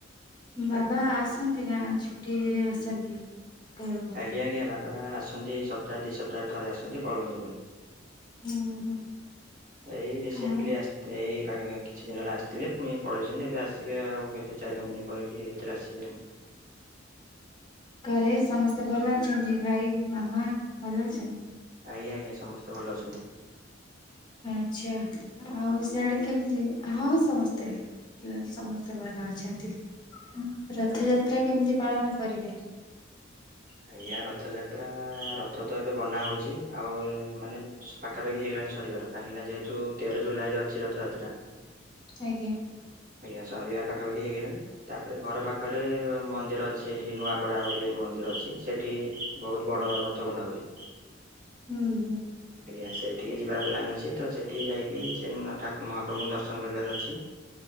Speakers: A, on the left (about 25°); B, on the right (about 45°).
A: ବାବା
B: ଆଜ୍ଞା।
A: ଆସନ୍ତି ନା ଛୁଟିରେ ଆସନ୍ତି। ଘରକୁ?
B: ଆଜ୍ଞା ଆଜ୍ଞା ବାବା ଆସନ୍ତି ସପ୍ତାହ ଦି ସପ୍ତାହରେ ଥରେ ଆସନ୍ତି ପଳୁଅନ୍ତି ପୁଣି।
A: ହୁଁ ହୁଁ
B: ଏଇ ରିସେଣ୍ଟଲି
A: ଆଉ
B: ଆସ <unintelligible> କିଛି ଦିନ ହେଲା ଆସିଥିଲେ ପୁଣି ପଳେଇଛନ୍ତି ଏବେ ଆସିବେ ଆଉ କେତେ ଚାରି ପାଞ୍ଚ ଦିନ ପରେ କି ଏଇ ଭିତରେ ଆସିବେ।
A: ଘରେ ସମସ୍ତେ ଭଲ ଅଛନ୍ତି ଭାଇ ମାମା ଭଲ ଅଛନ୍
B: ଆଜ୍ଞା ଆଜ୍ଞା ସମସ୍ତେ ଭଲ ଅଛନ୍ତି।
A: ଆଛା ଆଉ ସେଆଡେ କେମିତି ହଁ ସମସ୍ତେ <unintelligible> ସମସ୍ତେ ଭଲ ଅଛନ୍ତି ରଥଯାତ୍ରା
B: ଆଜ୍ଞା।
A: କେମିତି ପାଳନ କରିବେ।
B: ଆଜ୍ଞା ରଥଯାତ୍ରା ରଥ ତ ଏବେ ବନା ହୋଉଛି ଆଉ ମାନେ ପାଖାପାଖି ହେଇଗଲାଣି ସରିବାର କାହିଁକି ନା ଯେହେତୁ ତେର ଜୁଲାଇରେ ଅଛି ରଥଯାତ୍ରା।
A: ଆଜ୍ଞା।
B: ଆଜ୍ଞା ସରିବା ପାଖାପାଖି ହେଇଗଲାଣି। ତାପରେ ଘର ପାଖରେ ମନ୍ଦିର ଅଛି ଏଠି ନୂଆପଡା ବୋଲି ମନ୍ଦିର ଅ ସେଠି ବୋହୁତ ବଡ ରଥ ବନା ହୁଏ।
A: ହୁଁ ହୁଁ।
B: ଆଜ୍ଞା ସେଇଠିକି ଯିବାର ପ୍ଲନ୍ ଅଛି ତ ସେଠିକି ଯାଇକି ସେ ନା ଠାକୁ ମହାପ୍ରଭୁଙ୍କୁ ଦର୍ଶନ କରିବାର ଅଛି।